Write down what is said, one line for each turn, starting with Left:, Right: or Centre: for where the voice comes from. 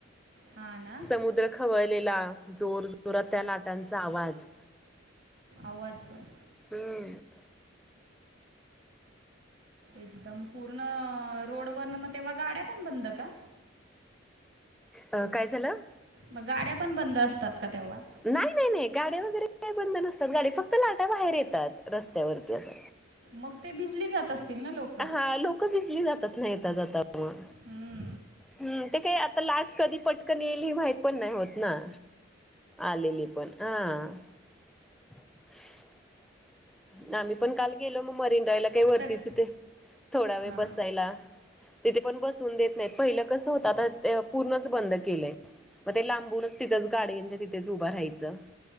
Right: हां ना
Centre: समुंद्र खवळलेला जोर जोरातं त्यां लाटांचा आवांज
Right: आवांज पणं
Centre: हम्मं
Right: एकदंम पूर्ण रोड वरं नं मगं तेंव्हा गाड्यां पणं बंद कां
Centre: अं कायं झालं
Right: मंग गाड्यां पणं बंद असतांत कां तेंव्हा
Centre: नाहीं नाहीं नाहीं गाड्यां वगैरें कायं बंद नसतांत गांडी फक्तं लांटा बाहेर येतांत रस्त्यांवरती असं
Right: मंग ते बिजली जातं असतील नां लोक
Centre: हां लोकं बिजली जातांत येतां जातं मंग
Right: हम्मं
Centre: हम्मं ते कांहीं आंता लांट कधीं पटकन येईल हे माहित पणं नाहीं होतं नां आलेली पणं हां <unintelligible> आम्हीं पणं कांल गेलो मंग मरीन रायंला कांहीं वरतीचिथ
Right: सग
Centre: थोडां वेळं
Right: हां
Centre: बसांयला तिथे पणं बसवूंन देतं नाहीतं पहिलं कसं होतं आंता पूर्णचं बंद केलंय मंग ते लांबूनचं तिथंच गाडंच्या तिथेचं उभं राहायचं